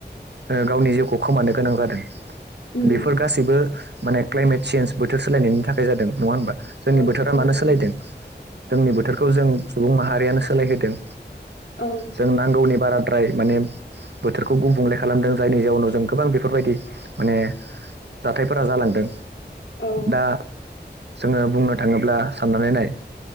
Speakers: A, on the right (about 70°); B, on the left (about 80°).
A: ओ गावनि जिउखौ खोमानो गोनां जादों
B: उम
A: बेफोर गासैबो माने क्लाइमेट चेन्ज बोथोर सोलायनायनि थाखाय जादों नङा होनबा जोंनि
B: औ
A: बोथोरा
B: औ
A: मानो
B: नंगौ
A: सोलायदों जोंनि बोथोरखौ जों सुबुं माहारिआनो सोलायहोदों
B: औ
A: जों नांगौनि बाराद्राय मानि बोथोरखौ गुबुंले खालामदों जायनि जाउनाव जों गोबां बेफोरबादि माने जाथायफोरा जालांदों
B: औ
A: दा जोङो बुंनो थाङोब्ला साननानै नाय